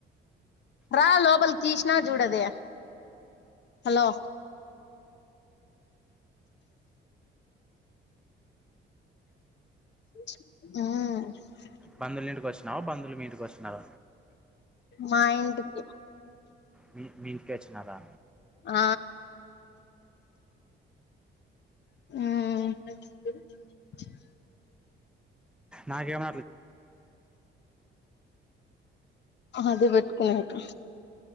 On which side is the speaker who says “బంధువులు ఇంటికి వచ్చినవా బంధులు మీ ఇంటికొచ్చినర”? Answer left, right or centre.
Centre